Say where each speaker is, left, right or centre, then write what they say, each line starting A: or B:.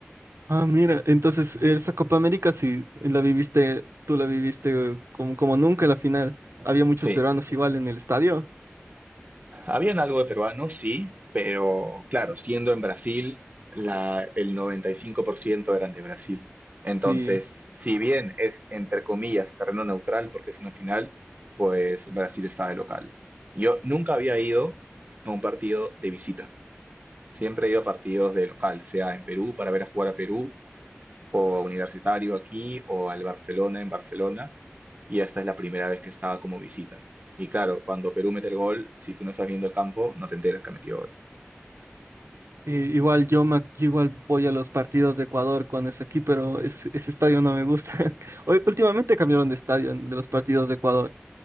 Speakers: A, on the right; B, on the right.
A: Ah, mira, entonces esa Copa América sí la viviste, tú la viviste eh, como, como nunca la final. Había muchos
B: Sí.
A: peruanos igual en el estadio.
B: Habían algo de peruanos, sí, pero claro, siendo en Brasil, la, el 95% eran de Brasil. Entonces,
A: Sí,
B: si bien es, entre comillas, terreno neutral porque es una final, pues Brasil está de local. Yo nunca había ido a un partido de visita. Siempre he ido a partidos de local, sea en Perú para ver a jugar a Perú, o a Universitario aquí, o al Barcelona en Barcelona, y esta es la primera vez que estaba como visita. Y claro, cuando Perú mete el gol, si tú no estás viendo el campo, no te enteras que ha metido gol.
A: I- igual yo, me, yo igual voy a los partidos de Ecuador cuando es aquí, pero es- ese estadio no me gusta. <laughs> Hoy- Últimamente cambiaron de estadio en- de los partidos de Ecuador.